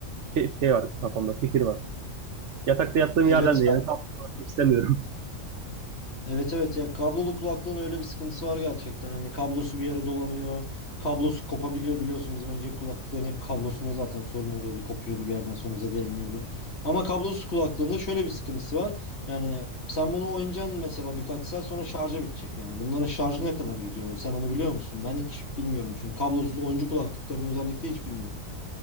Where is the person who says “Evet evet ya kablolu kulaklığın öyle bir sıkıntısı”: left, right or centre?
Left